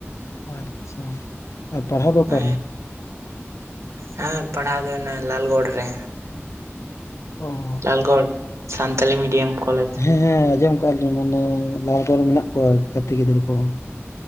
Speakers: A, on the left; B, on the right.
A: ᱟᱪᱪᱷᱟ ᱟᱨ ᱯᱟᱲᱦᱟᱣ ᱫᱚ ᱚᱠᱟᱨᱮ᱾
B: ᱦᱮᱸ ᱦᱮᱸ ᱯᱟᱲᱦᱟᱣ ᱫᱚ ᱚᱱᱮ ᱞᱟᱞᱜᱚᱲ ᱨᱮ᱾
A: ᱚ
B: ᱞᱟᱞᱜᱚᱲ ᱥᱟᱱᱛᱟᱞᱤ ᱢᱤᱰᱤᱭᱟᱢ ᱠᱚᱞᱮᱡᱽ᱾
A: ᱦᱮᱸ ᱦᱮᱸ ᱟᱸᱡᱚᱢ ᱟᱠᱜᱼᱟ ᱞᱤᱧ ᱢᱟᱱᱮ ᱞᱟᱦᱟ ᱨᱮ ᱢᱮᱱᱟᱜ ᱠᱚᱣᱟ ᱜᱟᱛᱮ ᱜᱤᱫᱽᱨᱟᱹ ᱠᱚ ᱾